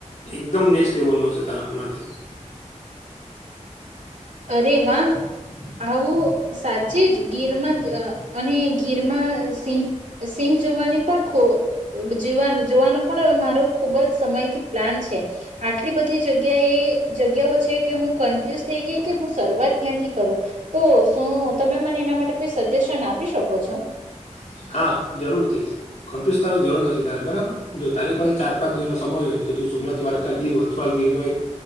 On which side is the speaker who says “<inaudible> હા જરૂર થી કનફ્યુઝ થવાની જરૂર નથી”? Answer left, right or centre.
Left